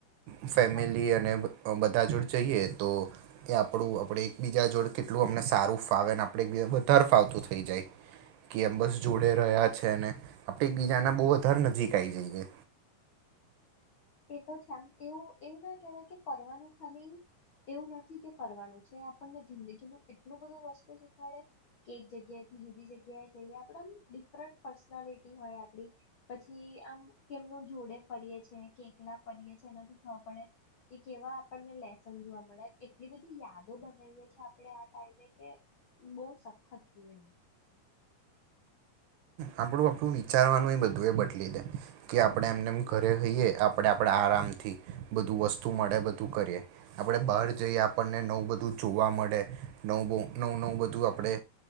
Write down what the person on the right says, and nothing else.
ફેમિલી
અને અ બધા જોડે જઈએ તો એ આપણું આપણે એકબીજા જોડે કેટલું અમને સારું ફાવે ને આપણે એકબીજા વધારે ફાવતું થઈ જાય કે એમ બસ જોડે રહ્યા છે ને આપણે એકબીજાને બહુ જ ધર નજીક આઈ જઈએ.
આપણું આપણું વિચારવાનું એ બધું એ બદલી દે કે આપણે એમને એમ ઘરે જહીએ આપણે આપણે આરામથી બધું વસ્તુ મળે બધું કરીએ આપણે બહાર જઈએ આપણને નવું બધું જોવા મળે નવું બ નવું નવું બધું આપણે